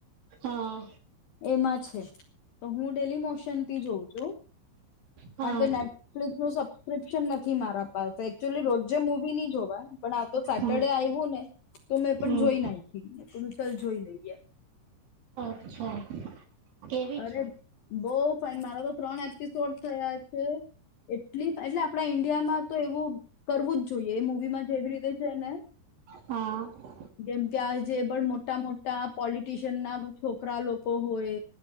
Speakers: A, on the right; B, on the left.
A: હા
B: એમાં છે તો હું ડેલી મોશ સનથી જોઉ છુ
A: હા
B: કાણકે નેટફ્લિક્સનું સબ્ક્રિપશન નથી મારા પાહે અક્ટયુલી રોજે મુવીની જોવાય પણ આ તો સેટરડે
A: હમ
B: આવ્યું ને તો મેં
A: હમ
B: પણ જોઈ નાઇખી મેં કીધુ ચલ જોઈ લઈએ
A: <inaudible>
B: અરે
A: છે
B: બહ ફાઇન મારો તો ત્રણ એપિસોડ થયા છે એટલી એટલે આપડા ઈન્ડિયામાં તો એવું કરવું જ જોઈએ એ મુવીમાં જેવી રીતે છે ને
A: હા
B: જેમ કે આ જેે પણ મોટા મોટા પોલીટીશિયન ના છોકરા લોકો હોય